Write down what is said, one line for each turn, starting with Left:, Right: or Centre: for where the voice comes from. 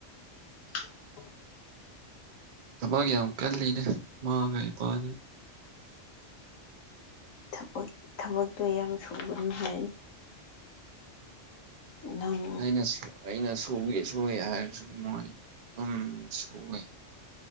Left: <inaudible>
Right: ꯊꯕꯛ ꯌꯥꯝ ꯀꯜꯂꯤꯅꯦ ꯃꯥꯒ ꯏꯄꯥꯅꯦ꯫
Left: ꯊꯕꯥꯛ ꯊꯕꯛꯇꯨ ꯌꯥꯝ ꯁꯨꯒꯅꯨ ꯍꯥꯏꯌꯨ꯫ ꯅꯪ
Right: ꯑꯩꯅꯁꯨ ꯑꯩꯅ ꯁꯨꯒꯦ ꯁꯨꯋꯦ ꯍꯥꯏꯔꯁꯨ ꯃꯣꯏ ꯑꯗꯨꯝ ꯁꯨꯋꯦ꯫